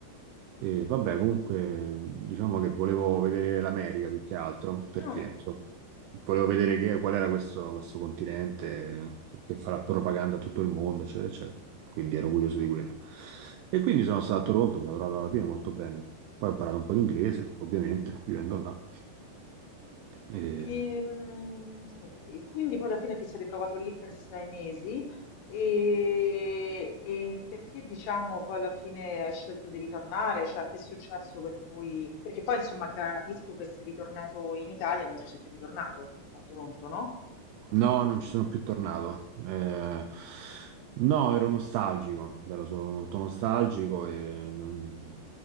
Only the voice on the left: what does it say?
No,
E, mm, e quindi poi alla fine ti sei ritrovato lì per sei mesi e, e perché diciamo poi alla fine hai scelto di ritornare? Cioè, che è successo per cui... Perché poi insomma capisco che sei ritornato in Italia e non ci sei più ritornato a Toronto, no?